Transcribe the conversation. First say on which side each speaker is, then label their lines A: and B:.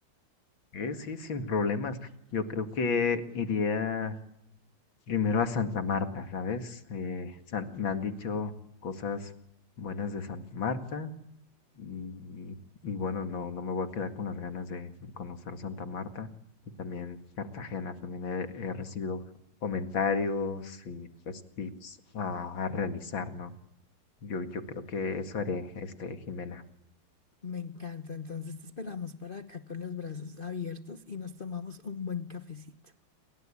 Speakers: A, on the left; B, on the left.
A: Eh, sí, sin problemas. Yo creo que iría Primero a Santa Marta, ¿sabes? Eh, san- me han dicho cosas buenas de Santa Marta y, y bueno, no, no me voy a quedar con las ganas de conocer Santa Marta y también Cartagena. También he, he recibido comentarios y pues tips a, a realizar, ¿no? Yo, yo creo que eso haré, este, Jimena.
B: Me encanta, entonces te esperamos para acá con los brazos abiertos y nos tomamos un buen cafecito.